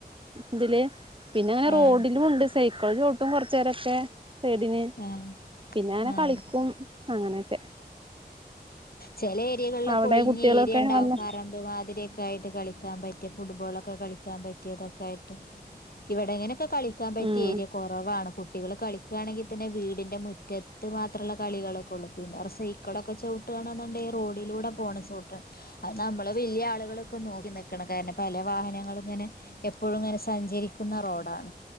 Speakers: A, on the right; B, on the left.
A: ഇതില് പിന്നെ അങ്ങനെ
B: ആഹ്
A: റോഡിലുഉണ്ട് സൈക്കിൾ ചൗട്ടും കൊറച്ചേ രൊക്കെ സൈഡിന്
B: ആഹ്
A: പിന്ന അങ്ങനെ
B: ആഹ്
A: കളിക്കും അങ്ങനൊക്കെ
B: ചെല ഏരികൾലൊക്കെ
A: അവിടെ
B: ഒഴിഞ്ഞ
A: കുട്ടികളൊക്കെ
B: ഏരിയണ്ടാവുകാരം
A: വന്ന്
B: മാതിരിയൊക്കെ ആയിട്ട് കളിക്കാൻ പറ്റ്യ ഫുട്ബോളൊക്കെ കളിക്കാൻ പറ്റിയതക്കായിട്ട് ഇവിടേങ്ങനൊക്കെ കളിക്കാൻ പറ്റ്യ
A: ഉം
B: ഏരിയ കൊറവാണ് കുട്ടികള് കളി ക്കാണെങ്കിതന്നെ വീടിന്റെ മുറ്റത്ത് മാത്രള്ള കളികളൊക്കൊള്ളു പിന്നേട് സൈ ക്ക്ളൊക്കെ ചൗട്ടാണെന്ന്ണ്ടെങ്കി റോഡിലൂടെ പോണം ചൗട്ടാൻ അത് നമ്മള് വല്യ ആള്കളൊക്കെ നോക്കി നിക്കണം കാര്ണം പല വാഹനങ്ങളും ഇങ്ങനെ എപ്പഴും ഇങ്ങന സഞ്ചരിക്കുന്ന റോഡാണ്